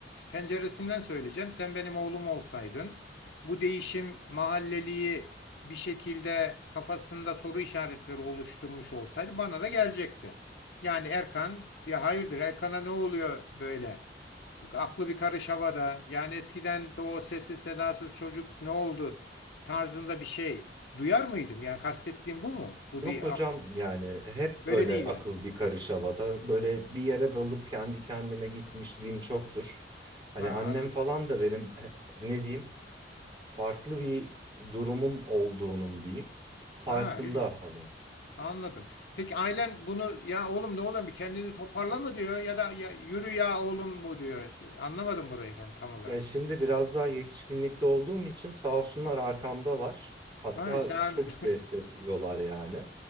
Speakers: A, on the left; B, on the right.
A: penceresinden söyleyeceğim. Sen benim oğlum olsaydın bu değişim mahalleliği bir şekilde kafasında soru işaretleri oluşturmuş olsaydı bana da gelecekti. Yani Erkan ya hayırdır Erkan'a ne oluyor böyle? Aklı bir karış havada. Yani eskiden de o sessiz sedasız çocuk ne oldu? tarzında bir şey duyar mıydım? Yani kastettiğim bu mu? Bu
B: Yok
A: değil.
B: hocam
A: Aklım
B: yani hep öyle
A: böyle değil
B: akıl
A: yani.
B: bir karış havada. Böyle bir yere dalıp kendi kendime gitmişliğim çoktur. Hani
A: Ha,
B: annem
A: anladım.
B: falan da benim he- ne diyeyim farklı bir durumum olduğunun diyeyim farkında
A: Ha, ilginç.
B: hani.
A: Anladım. Peki ailen bunu ya oğlum ne oğlum bir kendini toparla mı diyor ya da ya, yürü ya oğlum mu diyor. Anlamadım burayı ben tam olarak.
B: Ya şimdi biraz daha yetişkinlikte olduğum için sağ olsunlar arkamdalar. Hatta
A: Ha, şahane.
B: çok destekliyorlar yani.